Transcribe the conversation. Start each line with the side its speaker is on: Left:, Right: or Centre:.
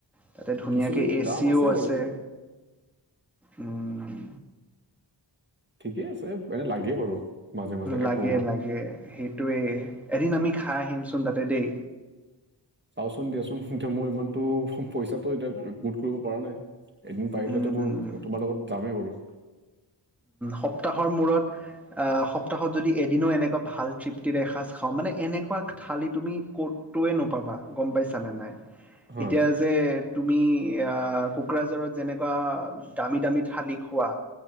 Centre: তাতে ধুনীয়াকে
Right: কিছু
Centre: এ
Right: দাম
Centre: চিও আছে।
Right: বাৰু
Centre: উম
Right: ঠিকে আছে, এনেই লাগে বাৰু। মাজে মাজে
Centre: লাগে
Right: এশ সময়
Centre: লাগে সেইটোয়ে, এদিন আমি খাই আহিমচোন তাতে দেই?
Right: চাওঁচোন দিয়াচোন মোৰ ইমানটো পইচাটো এতিয়া গোট কৰিব পৰা নাই? এদিন পাৰিলেতো
Centre: উম,
Right: মই তোমাৰ লগত যামেই বাৰু?
Centre: সপ্তাহৰ মূৰত? সপ্তাহত যদি এদিনও এনেকুৱা ভাল তৃপ্তিৰে এসাঁজ খাওঁ মানে, এনেকুৱা থালি তুমি ক'ত টোয়ে নোপাবা। গ'ম পাইছ নে নাই
Right: হা
Centre: এতিয়া। যে তুমি কোকৰাঝাৰত যেনেকুৱা দামী দামী থালি খোৱা।